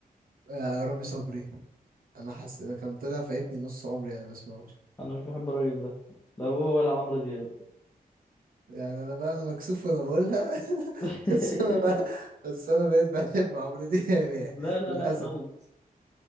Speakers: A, on the right; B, on the left.
A: آه، رامي صبري أنا حاسس أنا كان طلع فايتني نص عمري أنا بسمعوش
B: أنا مش بحب الراجل ده لا هو ولا عمرو دياب
A: يعني أنا بقى أنا مكسوف وأنا بقولها <laughs>
B: <laughs>
A: بس أنا بقى بس أنا بقيت بحب عمرو دياب يعني
B: لا لا
A: للأسف
B: لا خالص